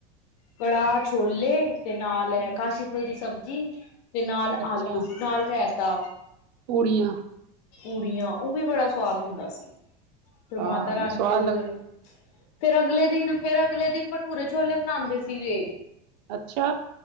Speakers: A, on the left; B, on the right.
A: ਕੜਾਹ- ਛੋਲੇ ਤੇ ਨਾਲ ਐ
B: ਹੂੰ।
A: ਕਾਸੀ ਫੁਲ ਦੀ ਸਬਜ਼ੀ ਤੇ ਨਾਲ
B: ਅੱਛਾ,
A: ਆਲੂ, ਨਾਲ ਰੈਤਾ।
B: ਪੂੜੀਆਂ।
A: ਪੂੜੀਆਂ, ਓਹ ਵੀ ਬੜਾ ਸਵਾਦ ਹੁੰਦਾ ਸੀ। ਫੇਰ
B: ਹਾਂ
A: ਮਾਤਾ ਰਾਣੀ
B: ਨਾ ਸਵਾਦ
A: ਗੇ
B: ਲੱਗਦਾ
A: ਜਲ ਫੇਰ ਅਗਲੇ ਦਿਨ, ਫੇਰ ਅਗਲੇ ਦਿਨ ਭਠੂਰੇ-ਛੋਲੇ ਬਣਾਂਦੇ ਸੀਗੇ।
B: ਅੱਛਾ।